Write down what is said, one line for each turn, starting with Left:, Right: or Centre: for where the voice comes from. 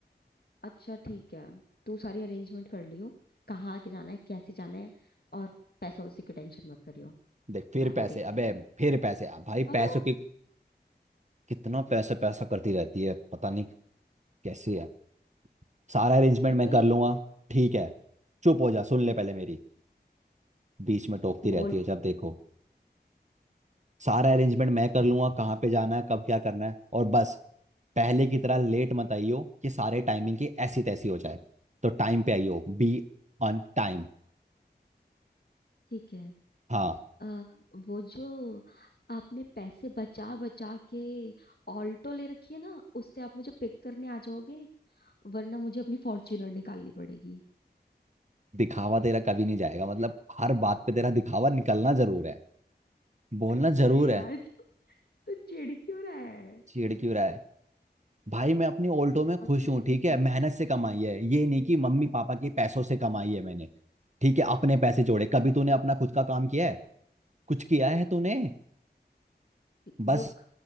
Left: अच्छा ठीक है तू सारी अरेंजमेंट कर लियो कहाँ आगे जाना है कैसे जाना है और पैसा उसी की टेंशन मत करियो
Right: देख फिर
Left: मैं वो
Right: पैसे
Left: देख
Right: अबे
Left: लूँ
Right: फिर पैसे अब भाई
Left: आ,
Right: पैसों की कितना पैसा पैसा करती रहती है पता नहीं कैसे है सारा अरेंजमेंट
Left: वही
Right: मैं कर लूंगा ठीक है चुप हो जा सुन ले पहले मेरी बीच में टोकती रहती
Left: बोल
Right: है जब देखो सारा अरेंजमेंट मैं कर लूंगा कहाँ पे जाना है कब क्या करना है और बस पहले की तरह लेट मत आइयो कि सारे टाइमिंग की ऐसी तैसी हो जाए तो टाइम पे आइयो बी ऑन टाइम
Left: ठीक है
Right: हाँ
Left: आ, वो जो आपने पैसे बचा बचा के ऑल्टो ले रखी है ना उससे आप मुझे पिक करने आ जाओगे वरना मुझे अपनी फॉर्च्यूनर निकालनी पड़ेगी
Right: दिखावा तेरा कभी नहीं जाएगा मतलब हर बात पे तेरा दिखावा निकलना जरूर है बोलना
Left: अरे
Right: जरूर
Left: यार
Right: है
Left: तू तो चिढ़ क्यों रहा है
Right: चिढ़ क्यों रहा है भाई मैं अपनी ऑल्टो में खुश
Left: अब तूने
Right: हूँ ठीक
Left: एक
Right: है मेहनत से कमाई है ये नहीं कि मम्मी पापा के पैसों से कमाई है मैंने ठीक है अपने पैसे जोड़े कभी तूने अपना खुद का काम किया है कुछ किया है तूने बस
Left: लुक